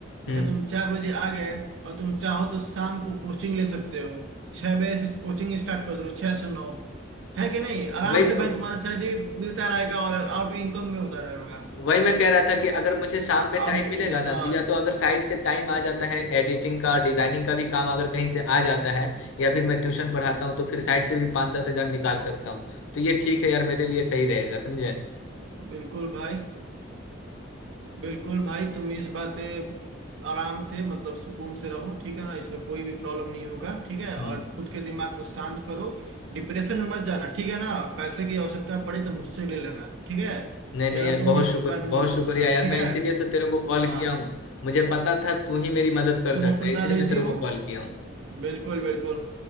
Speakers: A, on the right; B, on the left.
A: जैसे
B: हम्म
A: तुम चार बजे आ गए और तुम चाहो तो शाम को कोचिंग ले सकते हो छह बजे से कोचिंग स्टार्ट कर दो छह से नौ है कि नहीं आराम
B: वही
A: से भाई तुम्हारा सैलरी भी मिलता रहेगा और आउट इनकम में होता रहेगा
B: वही मैं कह रहा था कि अगर मुझे शाम में टाइम
A: आउट
B: मिलेगा ना
A: हाँ
B: तो या तो अगर साइड से टाइम आ जाता है एडिटिंग का डिजाइनिंग का भी काम अगर कहीं से आ जाता है या फिर मैं ट्यूशन पढ़ाता हूँ तो फिर साइड से भी पाँच दस हजार निकाल सकता हूँ तो ये ठीक है यार मेरे लिए सही रहेगा समझे
A: बिल्कुल भाई बिल्कुल भाई तुम इस बात पे आराम से मतलब सुकून से रहो ठीक है ना इसमें कोई भी प्रॉब्लम नहीं होगा ठीक है
B: हम्म
A: और खुद के दिमाग को शांत करो डिप्रेशन में मत जाना ठीक है ना पैसे की आवश्यकता पड़े तो मुझसे ले लेना ठीक है
B: नहीं नहीं
A: ज्यादा
B: यार
A: तुम
B: बहुत
A: इस
B: शुक्र
A: बारे में
B: बहुत
A: मत सोचना
B: शुक्रिया यार
A: ठीक
B: मैं
A: है
B: इसीलिए तो तेरे को कॉल
A: हाँ
B: किया हूँ मुझे पता था तू ही मेरी मदद कर
A: तुम
B: सकता
A: अपना
B: है इसलिए
A: रिज्यूम
B: मैं तेरे को कॉल किया हूँ
A: बिल्कुल बिल्कुल